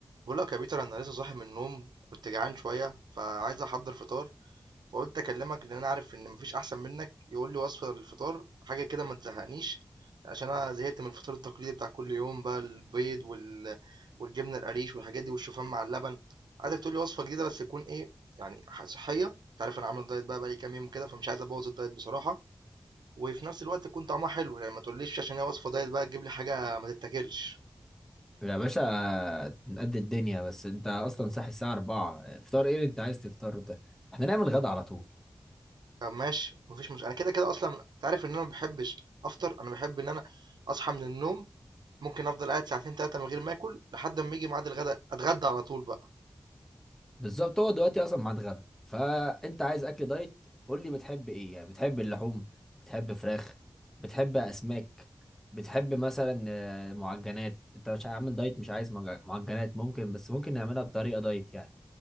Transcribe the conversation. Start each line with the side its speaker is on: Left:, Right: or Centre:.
Right: بقول لك يا بيتر انا لسه صاحي من النوم كنت جعان شويه فعايز احضر فطار فقلت اكلمك لان انا عارف ان مفيش احسن منك يقول لي وصفه للفطار حاجه كده ما تزهقنيش عشان انا زهقت من الفطار التقليدي بتاع كل يوم بقى البيض وال... والجبنه القريش والحاجات دي والشوفان مع اللبن عايزك تقول لي وصفه جديده بس تكون ايه يعني ح- صحيه انت عارف انا عامل دايت بقى بقالي كام يوم كده فمش عايز ابوظ الدايت بصراحه وفي نفس الوقت تكون طعمها حلو يعني ما تقوليش عشان هي وصفه دايت بقى تجيب لي حاجه ما تتاكلش
Centre: يا باشا نقد الدنيا بس انت اصلا صاحي الساعة 4 فطار ايه اللي انت عايز تفطر ده احنا نعمل غدا على طول
Right: طب ماشي مفيش مشكلة انا كده كده اصلا انت عارف ان انا ما بحبش افطر انا بحب ان انا اصحى من النوم ممكن افضل قاعد ساعتين ثلاثة من غير ما اكل لحد ما يجي ميعاد الغداء اتغدى على طول بقى
Centre: بالظبط هو دلوقتي اصلا ميعاد غدا فانت عايز اكل دايت قول لي بتحب ايه يعني بتحب اللحوم بتحب فراخ بتحب اسماك بتحب مثلا آه، معجنات انت مش عامل دايت مش عايز مج- معجنات ممكن بس ممكن نعملها بطريقة دايت يعني